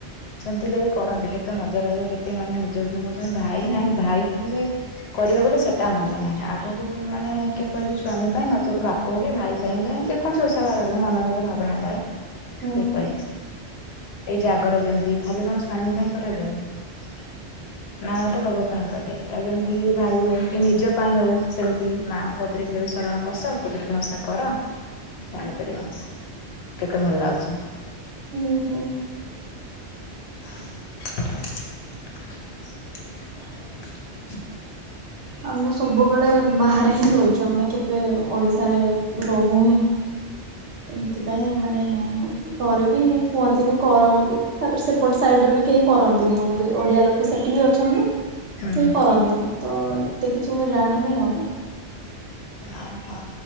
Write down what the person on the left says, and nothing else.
ସେମିତି ଯାଇ କରନ୍ତିୁ କେତେ ମଜା ଲାଗିବ କେତେ ମାନେ ନିଜ ଯଉ କହୁଛନ୍ତି ଭାଇ
ନାହିଁ ଭାଇ ଥିଲେ କରିବ ବୋଲି ସେଟା ମାନେ ନାହିଁ ଆଗକୁ ମାନେ କିଏ କହିବେ ସ୍ଵାମୀ ପାଇଁ ନଚେତ ବାପା କୋ କି ଭାଇ ପାଇଁ ଯେ କୌଣସି ଓଷାବାର ହେଲା ମନରେ ଗୋଟେ ଭାବନା ଥାଏ।
କି ଏଇ ଜାଗର ଯେମିତି ଖାଲି କଣ ସ୍ଵାମୀ ପାଇଁ କରାଯାଏ। <inaudible> ମା ଗୋଟେ ରୋଗ ପାଇଁଙ୍କର ଦ ଯେମିତି କି ଭାଇ ହଉ କି ନିଜ ପାଇଁ ହଉ ସେମିତି ମାଆଙ୍କ କତିରେ କେବେ ଶରଣ ପସ ଖୁଦୁରୁକୁଣୀ ଓସା କର ଜାଣିପାରିବ କେତେ ଭଲ ଲାଗୁଛି।
<inaudible> <inaudible>
ହୁଁ
ହୁଁ।
ଓହୋ।